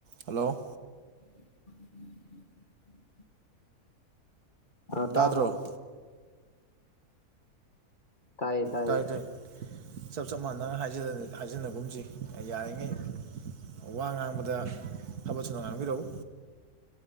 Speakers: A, on the right; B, on the left.
A: hello
B: ꯎꯝ ꯎ <inaudible> ꯑ
A: ꯇꯥꯗ꯭ꯔꯣ
B: ꯇꯥꯕ꯭ꯔꯣ ꯇꯥꯏꯌꯦ ꯇꯥꯏꯌꯦ
A: ꯇꯥꯏ ꯇꯥꯢ ꯆꯞ ꯆꯞ ꯃꯥꯟꯅꯅ ꯍꯥꯏꯖꯤꯟꯅꯒꯨꯝꯁꯤ ꯌꯥꯔꯤꯉꯩ ꯋꯥ ꯉꯥꯡꯕꯗ ꯐꯕꯞ ꯊꯨꯅ ꯉꯥꯡꯕꯤꯔꯛꯎ